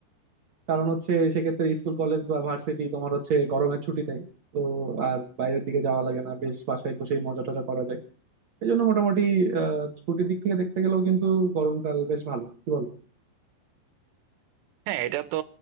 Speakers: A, on the right; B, on the right.
A: কারণ হচ্ছে সেক্ষেত্রে স্কুল কলেজ বা ভার্সিটি তোমার হচ্ছে গরমের ছুটি দেয় তো আর বাইরের দিকে যাওয়া লাগে না বেশ বাসায় বসেই মজা টজা করা যায় এই জন্য মোটামুটি আহ, ছুটির দিক থেকে দেখতে গেলেও কিন্তু গরমকাল বেশ ভালো কি বলবো
B: হ্যাঁ এটা তো